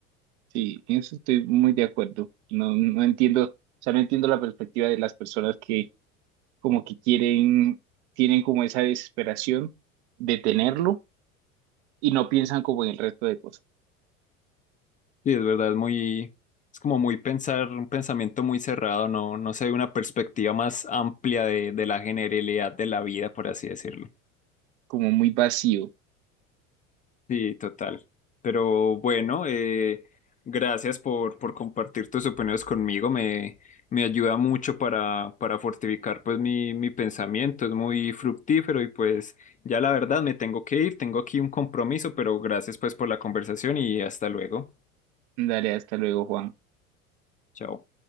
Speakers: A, on the right (about 55°); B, on the left (about 20°).
A: Sí, en eso estoy muy de acuerdo. No, no entiendo, o sea, no entiendo la perspectiva de las personas que como que quieren, tienen como esa desesperación de tenerlo y no piensan como en el resto de cosas,
B: Y es verdad, es muy, es como muy pensar, un pensamiento muy cerrado, no, no se ve una perspectiva más amplia de, de la generalidad de la vida, por así decirlo.
A: como muy vacío.
B: Sí, total. Pero bueno, eh, gracias por, por compartir tus opiniones conmigo. Me, me ayuda mucho para, para fortificar pues mi, mi pensamiento. Es muy fructífero y pues ya la verdad me tengo que ir. Tengo aquí un compromiso, pero gracias pues por la conversación y hasta luego.
A: Dale, hasta luego, Juan.
B: Chao.